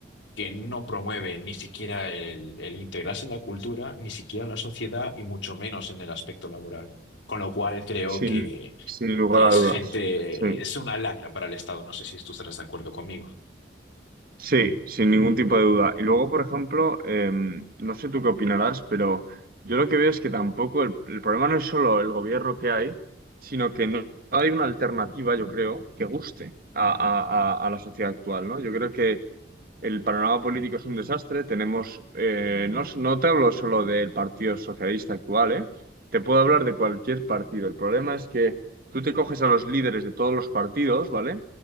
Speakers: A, on the left (about 85°); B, on the right (about 50°).
A: que no promueve ni siquiera el, el integrarse en la cultura, ni siquiera en la sociedad y mucho menos en el aspecto laboral. Con lo cual creo
B: Sin,
A: que
B: sin lugar
A: es
B: a dudas.
A: gente,
B: Sí.
A: es una lacra para el Estado. No sé si tú estarás de acuerdo conmigo.
B: Sí, sin ningún tipo de duda. Y luego, por ejemplo, em, no sé tú qué opinarás, pero yo lo que veo es que tampoco el, el problema no es solo el gobierno que hay, sino que no hay una alternativa, yo creo, que guste a, a- a- a la sociedad actual, ¿no? Yo creo que el panorama político es un desastre. Tenemos, eh, no, s- no te hablo solo del Partido Socialista actual, ¿eh? Te puedo hablar de cualquier partido. El problema es que tú te coges a los líderes de todos los partidos, ¿vale?